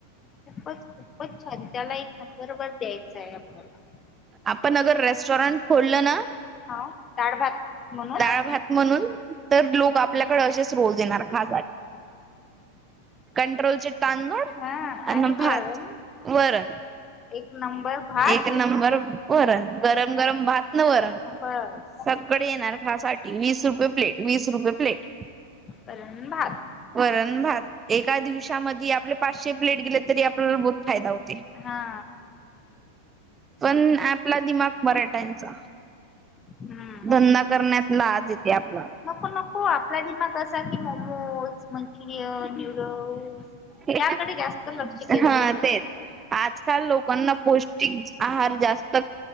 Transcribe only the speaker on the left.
खूपच खूपच छान त्याला एक नंबर वर द्यायचा आहे आपल्याला.
डाड, भात म्हणून
हा
आणि
वरण
एक नंबर भात
बस.
वरण भात.
हा.
हम्म.
नको -नको आपला दिमाग का कि मोमोज मंचुरियन न्यूडल्स
याकडे जास्त लक्ष केंद्रित.
असतं.